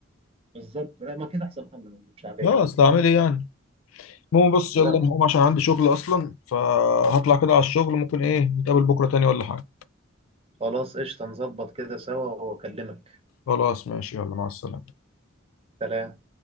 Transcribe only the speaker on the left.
يا اصل اعمل ايه يعني المهم بص
يلا انا هقوم عشان عندي شغل اصلا فهطلع كده على الشغل ممكن ايه نتقابل بكره تاني ولا حاجه
خلاص ماشي يلا مع السلامه